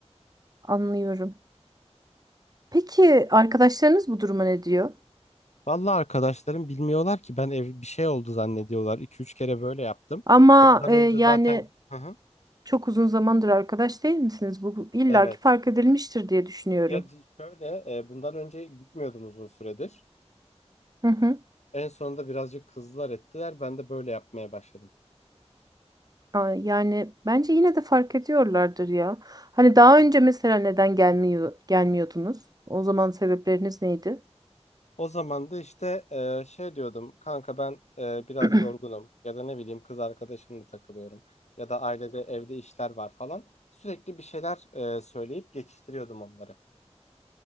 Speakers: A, on the right; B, on the left.
A: anlıyorum. Peki arkadaşlarınız bu duruma ne diyor?
B: Vallahi arkadaşlarım bilmiyorlar ki ben ev bir şey oldu zannediyorlar. iki üç kere böyle yaptım.
A: Ama
B: Ondan
A: e,
B: önce
A: yani
B: zaten Hı hı.
A: çok uzun zamandır arkadaş değil misiniz? Bu bu illaki
B: Evet.
A: fark edilmiştir diye düşünüyorum.
B: Ya di- şöyle e, bundan önce gitmiyordum uzun süredir.
A: Hı hı.
B: En sonunda birazcık kızlar ettiler. Ben de böyle yapmaya başladım.
A: Aa, Yani bence yine de fark ediyorlardır ya. Hani daha önce mesela neden gelmiyor gelmiyordunuz? O zaman sebepleriniz neydi?
B: O zaman da işte e, şey diyordum. Kanka ben e, biraz
A: <clears throat>
B: yorgunum ya da ne bileyim kız arkadaşımla takılıyorum ya da ailede evde işler var falan. Sürekli bir şeyler e, söyleyip geçiştiriyordum onları.